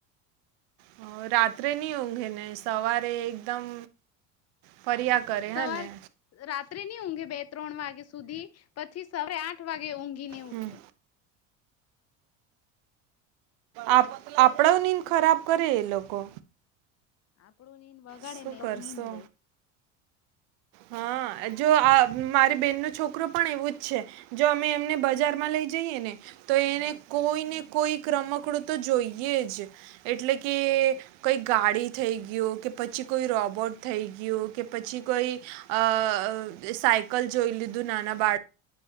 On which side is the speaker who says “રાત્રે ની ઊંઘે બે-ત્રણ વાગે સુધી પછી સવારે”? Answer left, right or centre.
Left